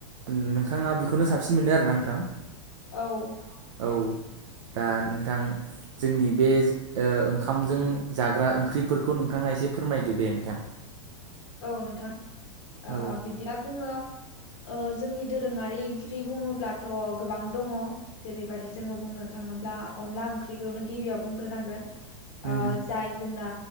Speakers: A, on the right; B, on the left.
A: नोंथाङा बेखौनो साबसिन मोनो आरो ना नोंथां?
B: औ।
A: <unintelligible> औ दा नोंथां जोंनि बे ओ ओंखामजों जाग्रा ओंख्रिफोरखौ नोंथाङा एसे फोरमायदो दे नोंथां।
B: औ नोंथां ओ
A: औ
B: बिदिबा जोङो ओ जोंनि दोरोङारि ओंख्रि बुङोब्लाथ' गोबां दङ' जेरैबायदि जोङो बुंनो थाङोब्ला अनला ओंख्रिखौनो गिबियाव बुंग्रोनांगोन।
A: उम
B: ओ जाय जोंना